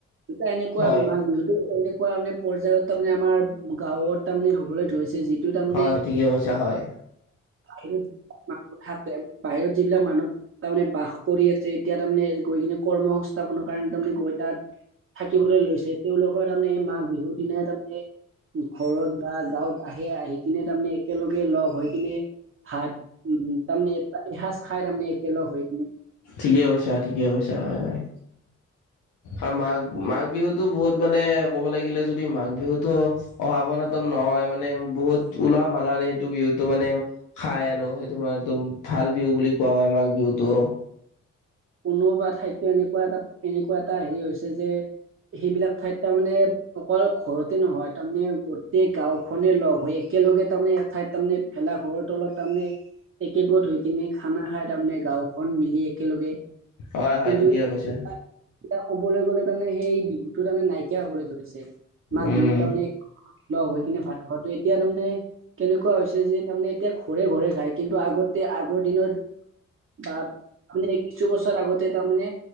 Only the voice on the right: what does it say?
এটা এনেকুৱা
মাঘ বিহুতো এনে কুৱা মানে পৰ্যায়ত তাৰমানে আমাৰ গাঁৱত তাৰমানে হ'বলৈ ধৰিছে যি টো তাৰমানে
সেইটো হাতে বাহিৰত যিবিলাক মানুহ তাৰমানে বাস কৰি আছে এতিয়া তাৰমানে গৈ কিনে কৰ্ম সংস্থাপনত কাৰণ তাৰমানে গৈ তাত থাকিবলৈ লৈছে, তেওঁলোকৰ তাৰমানে এই মাঘ বিহুৰ দিনাই তাৰমানে ঘৰত বা গাঁৱত আহে, আহি কিনে তাৰমানে একেলগে লগ হৈ কিনে ভাত উম, তাৰমানে এ <unintelligible> খাই তাৰমানে একেলগ হয়।
কোনোবা ঠাইততো এনেকুৱা এটা- এনেকুৱা এটা হেৰি হৈছে যে সেইবিলাক ঠাইত তাৰমানে অকল ঘৰতে নহয়, তাৰমানে গোটেই গাওঁখনে লগ হৈ একেলগে তাৰমানে এঠাইত তাৰমানে, ভেলা ঘৰৰ তলত তাৰমানে একেগোত হৈ কিনে খানা খাই তাৰমানে, গাঁওখন মিলি একেলগে।
কিন্তু
এতিয়া ক'বলৈ গ'লে তাৰমানে সেই বিহুতো তাৰমানে নাইকিয়া হবলৈ ধৰিছে মাঘ
বিহু তাৰমানে লগ হৈ কিনে ভাত খোৱাটো এতিয়া তাৰমানে কেনেকুৱা হৈছে যে তাৰমানে এতিয়া ঘৰে ঘৰে খায় কিন্তু আগতে আগৰ দিনৰ বা তাৰমানে কিছু বছৰ আগতে তাৰমানে